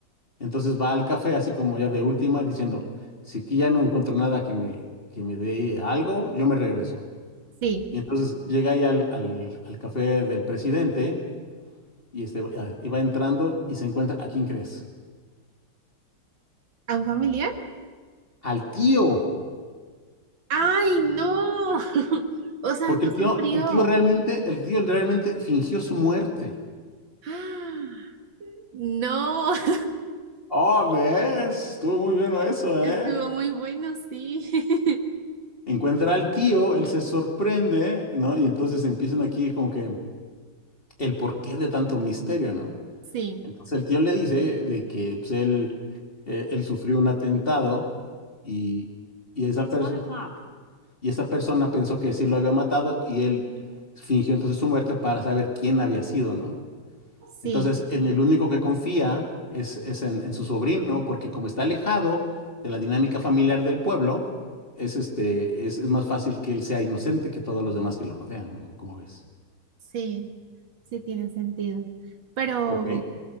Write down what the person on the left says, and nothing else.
Entonces va al café, así como ya de última, diciendo, si aquí ya no encuentro nada que me, que me dé algo, yo me regreso.
Y entonces llega ahí al, al, al café del presidente y, este, y va entrando y se encuentra, ¿a quién crees?
Al tío.
Porque
el
tío,
el tío realmente, el tío realmente fingió su muerte.
Oh, ves, estuvo muy bueno eso,
¿eh?
Encuentra al tío, él se sorprende, ¿no? Y entonces empiezan aquí como que el porqué de tanto misterio, ¿no?
Entonces el tío le dice de que pues, él, eh, él sufrió un atentado y, y esa It's persona y esa persona pensó que sí lo había matado y él fingió entonces su muerte para saber quién había sido, ¿no?
Entonces, en el único que confía es, es en, en su sobrino, porque como está alejado de la dinámica familiar del pueblo, es, este, es, es más fácil que él sea inocente que todos los demás que lo rodean, ¿no? ¿Cómo ves?
Ok,